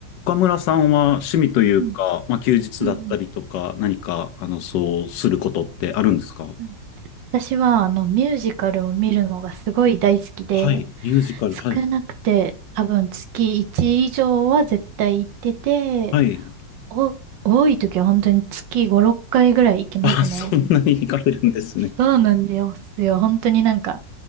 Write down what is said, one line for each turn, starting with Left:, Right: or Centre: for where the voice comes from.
Left: 岡村さんは趣味というか、
Right: うん。
Left: まあ、休日だったりとか、
Right: うんうん
Left: 何か、あの、そうすることってあるんですか
Right: うん私は、あの、ミュージカルを見るのがすごい大好きで、
Left: はい、ミュージカル、はい、
Right: 少なくて、多分月1以上は絶対行ってて、
Left: はい。
Right: お、多い時は本当に月5、6回ぐらい行きますね。
Left: あ、そんなに惹かれるんですね。
Right: そうなんですよ。本当になんか、